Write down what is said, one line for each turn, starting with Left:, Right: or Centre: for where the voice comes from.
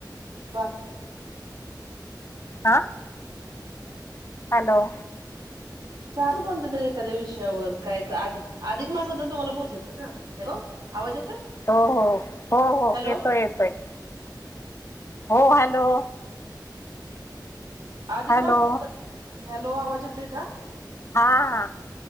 Right: वा.
Left: हा. हॅलो.
Right: चालू कोणते तरी एखाद्या विषयावर कायच आध आधिक मास बद्दल तुम्हाल?, पोचायचे ना, हो आवाज येतोय.
Left: हो हो हो हो
Right: हॅलो
Left: येतोय येतोय. हो हॅलो.
Right: अधिक
Left: हॅलो
Right: मास हॅलो आवाज येतोय का?
Left: हा हा